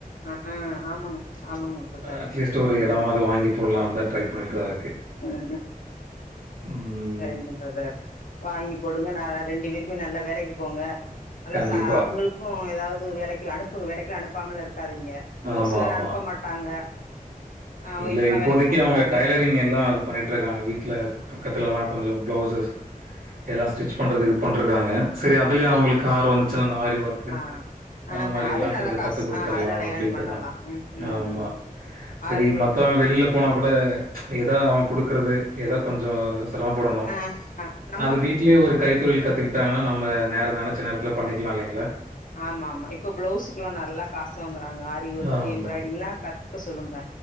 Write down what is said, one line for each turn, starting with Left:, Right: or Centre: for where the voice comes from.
Left: ஆ ஆமாங்க ஆமாங்க பிரதர்
Right: அட்லீஸ்ட் ஒரு
Left: ம்
Right: எடமாவ்து வாங்கி போடலானுதா ட்ரை பண்ணிட்டுதா இருக்கு
Left: அ அ
Right: ம்
Left: சரிங்க ப்ரெதர் வாங்கி போடுங்க நல்ல ரெண்டு பேருமே நல்லா வேலைக்கு போங்க நல்லா
Right: கண்டிப்பா.
Left: ச அவுங்களுக்கு எதாவ்து வேலைக்கு அனுப்புங்க வேலைக்குலா அனுப்பாமலா இருக்காதீங்க ஒரு
Right: ஆமா,
Left: சிலர்
Right: ஆமா.
Left: அனுப்ப மாட்டாங்க ஆ ஒய்ஃப்லா
Right: இல்ல இப்போதைக்கு
Left: வேலைக்கு போக கூடாது
Right: அவுங்க டைலரிங் எல்லா அது பண்ணிட்ருக்காங்க வீட்ல பக்கத்துல எல்லா கொஞ்சம் ப்ளவ்சஸ் எல்லா ஸ்டிச் பண்றது இது பண்ட்ருக்காங்க செரி அதுலியே அவுங்களுக்கு
Left: ஓகே
Right: ஆர்வோ வந்துச்சுன்னா அந்த ஆரி ஒர்க்கு
Left: ஆ ஆ
Right: அந்த மாரி
Left: அது
Right: எல்லா
Left: நல்லா
Right: கொஞ்சோ
Left: காசு
Right: கத்து குடுத்தர்லா
Left: ஆ அது நல்லா
Right: அப்டின்ட்டுதா
Left: ஏர்ன் பண்ணலா ம் ம்
Right: ஆமா
Left: ம்
Right: செரி
Left: ஆரி ஒர்க்கு
Right: மத்தவங் வெளில போனாகூட எதா அவுங் குடுக்குறது எதா கொஞ்சோ சிரமப்படனு
Left: ஆ நம்ம
Right: அது வீட் ட்லே ஒரு கைத்தொழில் கத்துக்கிட்டாங்னா நம்ம நேர நெனச்ச நேரத்துல பண்ணிக்கிலா இல்லைங்ளா
Left: ஆமா ஆமா இப்ப ப்ளவுஸுக்குல்லா நல்ல காசு வாங்குறாங்க ஆரி ஒர்க்கு
Right: ஆமா.
Left: எம்ப்ராய்டிங்லா கத்துக்க சொல்லுங்க